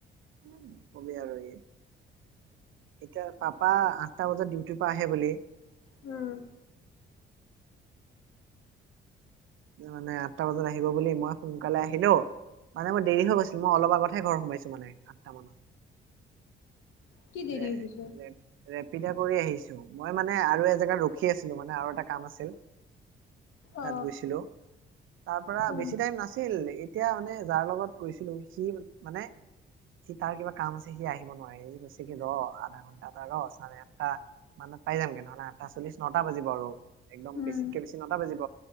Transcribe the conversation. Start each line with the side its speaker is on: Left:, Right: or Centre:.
Right: উম নকবি আৰু এই এতিয়া পাপা আঠটা বজাত ডিউটিৰ পৰা আহে বুলি।
Left: উম
Right: মানে আঠটা বজাত আহিব বুলি মই সোনকালে আহিলো মানে মই দেৰি হৈ গৈছিল মই অলপ আগতহে ঘৰ সোমাইছো মানে আঠটা মানত।
Left: কি
Right: <unintelligible>
Left: দেৰি হৈ গৈছে?
Right: <unintelligible> কৰি আহিছো মই মানে আৰু এজেগাত ৰখি আছিলো মানে আৰু এটা কাম আছিল। তাত
Left: অ',
Right: গৈছিলো? তাৰ পৰা
Left: উম,
Right: বেছি টাইম নাছিল, এতিয়া মানে যাৰ লগত গৈছিলো, সি মানে, সি তাৰ কিবা কাম আছে সি আহিব নোৱাৰে, সি কৈছে কি, ৰ আধা ঘন্টা এটা ৰ। চাৰে-আঠটা মানত পাই যামগৈ। নহ'লে আঠটা-চল্লিশ, নটা বাজিব। আৰু একদম
Left: উম,
Right: বেছিতকে বেছি নটা বাজিব।